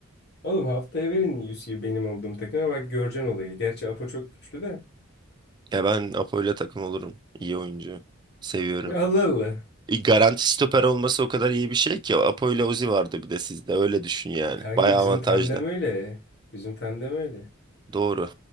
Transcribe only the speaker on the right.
Ya ben Apo'yla takım olurum. İyi oyuncu. Seviyorum.
E, garanti stoper olması o kadar iyi bir şey ki. Apo'yla Uzi vardı bir de sizde. Öyle düşün yani.
Bayağı
avantajlı.
Doğru.